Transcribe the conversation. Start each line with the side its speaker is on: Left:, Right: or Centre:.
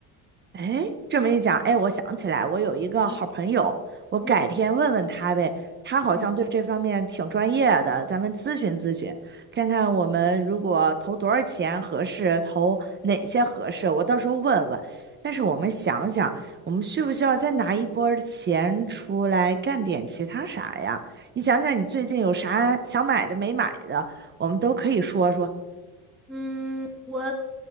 Right: 哎，这么一讲，哎，我想起来，我有一个好朋友，
Centre: 嗯
Right: 我改天问问他呗，
Centre: 嗯
Right: 他好像对这方面挺专业的，
Centre: 嗯。
Right: 咱们咨询咨询，看看我们如果投多少钱合适，投哪些合适，我到时候问问。但是我们想想，我们需不需要再拿一波儿钱出来干点其他啥呀？你想想，你最近有啥想买的没买的，我们都可以说说。
Centre: 嗯，我